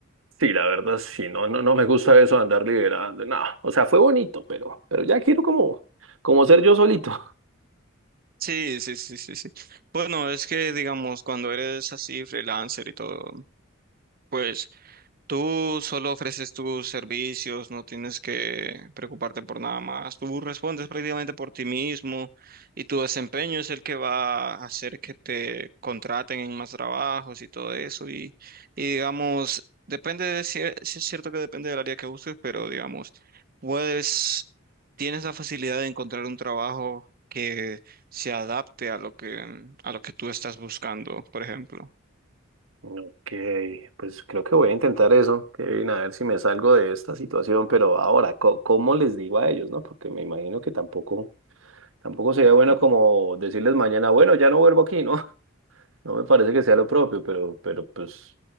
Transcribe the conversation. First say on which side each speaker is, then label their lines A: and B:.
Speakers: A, on the right (about 75°); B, on the right (about 45°).
A: Sí, la verdad, sí, no, no, no me gusta eso de andar liderando. No, o sea, fue bonito, pero, pero ya quiero como, como ser yo solito.
B: Sí, sí, sí, sí, sí. Bueno, es que, digamos, cuando eres así, freelancer y todo, pues... Tú solo ofreces tus servicios, no tienes que preocuparte por nada más. Tú respondes prácticamente por ti mismo y tu desempeño es el que va a hacer que te contraten en más trabajos y todo eso. Y, y digamos, depende de si, sí es cierto que depende del área que busques, pero digamos, puedes, tienes la facilidad de encontrar un trabajo que se adapte a lo que, a lo que tú estás buscando, por ejemplo.
A: Ok, pues creo que voy a intentar eso, Kevin, a ver si me salgo de esta situación, pero ahora, co- ¿cómo les digo a ellos, no? Porque me imagino que tampoco, tampoco sería bueno como decirles mañana, bueno, ya no vuelvo aquí, ¿no? No me parece que sea lo propio, pero, pero pues,